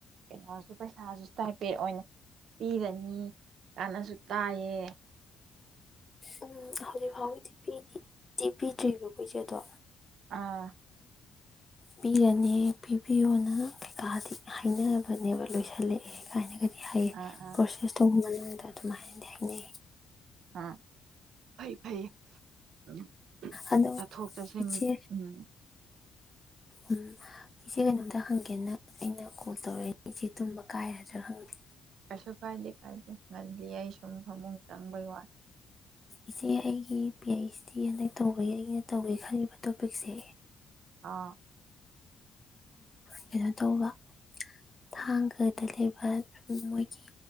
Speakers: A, on the right; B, on the left.
A: ꯀꯩꯅꯣꯁꯨ ꯄꯩꯁꯥꯁꯨ ꯏꯁꯇꯥꯏꯄꯦꯠ ꯑꯣꯏꯅ ꯄꯤꯒꯅꯤ ꯀꯥꯟꯅꯁꯨ ꯇꯥꯏꯌꯦ꯫
B: ꯎꯝ ꯍꯧꯖꯤꯛ ꯐꯥꯎꯒꯤꯗꯤ ꯄꯤꯗꯤ ꯄꯤꯗ꯭ꯔꯤꯕꯀꯣ ꯏꯆꯦ ꯑꯗꯣ
A: ꯑꯥ
B: ꯄꯤꯔꯅꯦ ꯄꯤꯕꯤꯌꯣꯅ ꯀꯩꯀꯥꯗꯤ ꯍꯥꯏꯅꯕꯅꯦꯕ ꯂꯣꯏꯁꯤꯜꯂꯛꯑꯦ ꯀꯥꯏꯅꯒ ꯍꯥꯏ
A: ꯑꯥ ꯑꯥ
B: ꯄ꯭ꯔꯣꯁꯦꯁꯇꯣ ꯉꯂꯤ ꯑꯗꯨꯃꯥꯏꯅꯗꯤ ꯍꯥꯏꯅꯩꯌꯦ
A: ꯑ ꯐꯩ ꯐꯩ ꯎ
B: ꯑꯗꯣ
A: ꯆꯠꯊꯣꯛ ꯆꯠꯁꯤꯟ
B: ꯏꯆꯦ
A: ꯎꯝ
B: ꯎꯝ ꯏꯆꯦ ꯀꯩꯅꯣꯝꯇ ꯍꯪꯒꯦꯅ ꯑꯩꯅ ꯀꯣꯜ ꯇꯧꯔꯛꯏꯅꯦ ꯏꯆꯦ ꯇꯨꯝꯕ ꯀꯥꯏꯔꯗ꯭ꯔꯥ ꯈꯪꯗꯦ꯫
A: ꯀꯩꯁ ꯀꯥꯏꯗꯦ ꯀꯥꯏꯗꯦ ꯉꯜꯂꯤꯌꯦ ꯑꯩꯁꯨ꯫ ꯎꯝ ꯍ ꯆꯪꯕꯩ ꯋꯥꯔ
B: ꯏꯆꯦ ꯑꯩꯒꯤ ꯄꯤ ꯑꯩꯩꯆ ꯗꯤ ꯍꯟꯗꯛ ꯇꯧꯕꯒꯤ ꯑꯩꯅ ꯇꯧꯒꯦ ꯈꯜꯂꯤꯕ ꯇꯣꯄꯤꯛꯁꯦ
A: ꯑꯥ
B: ꯀꯩꯅꯣ ꯇꯧꯕ ꯊꯥꯡꯒꯗ ꯂꯩꯕ ꯃꯣꯏꯒꯤ